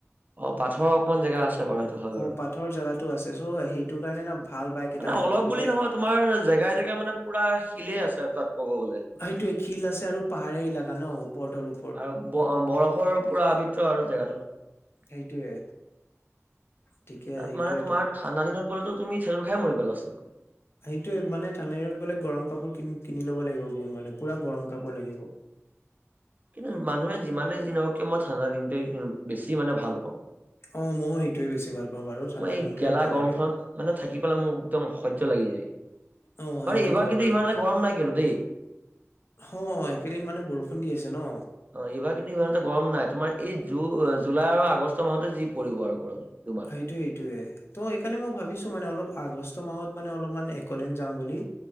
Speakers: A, on the right; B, on the left.
A: অ', পাথৰৰ অকমান জেগা আছে। বাৰু সেইটো হয় বাৰু।
B: অ', পাথৰ জেগাতো আছে চ' সেইটো কাৰণে না ভাল বাইক এটা
A: মানে
B: লাগিব
A: অলপ
B: যেনেকে
A: বুলি নহয় তোমাৰ জেগাই জেগাই মানে পুৰা শিলেই আছে তাত কব গলে।
B: অ', সেইটোৱে শিল আছে আৰু পাহাৰীয়া ইলাকা ন ওপৰ তল উ
A: আৰু ব-বৰফৰ পুৰা আবিত্ৰ আৰু জেগাটো। তাত
B: সেইটোয়ে ঠিকে সেইটোয়ে
A: মানে তোমাৰ ঠাণ্ডা দিনত গ'লেতো তুমি থেৰু খাই মৰিব লাষ্টত।
B: সেইটোৱে মানে ঠাণ্ডা দিনত গ'লে গৰম কাপোৰ কিন কিনি লব লাগিব বহুত মানে পুৰা গৰম কাপোৰ লাগিব।
A: কিন্তু মানুহে যিমানেই যি নহওঁক কিয় মই ঠাণ্ডা দিনটোৱে বেছি মানে ভাল পাওঁ।
B: অ', ময়ো সেইটোৱে বেছি ভাল পাওঁ বাৰু ঠাণ্ডা
A: মই এই
B: দিনটোয়ে
A: গেলা
B: ভাল
A: গৰম
B: লাগে
A: খনত মানে থাকি পেলাই মোৰ একদম অসহ্য লাগি যায়।
B: অ সেইটো
A: এইবাৰ
B: হয়
A: কিন্তু
B: বাৰু
A: ইমান এটা গৰম নাই কিন্তু দেই।
B: অ', এইকেইদিন মানে বৰষুণ দি আছে ন।
A: অ', এইবাৰ কিন্তু ইমান এটা গৰম নাই, তোমাৰ এই জু জুলাই আৰু আগষ্ট মাহতে যি পৰিব আৰু গৰম দুমা
B: সেইটো সেইটোয়ে, টো সেইকৰণে মই ভাবিছো মানে অলপ আগষ্ট মাহত মানে অলপমান একলেন যাম বুলি,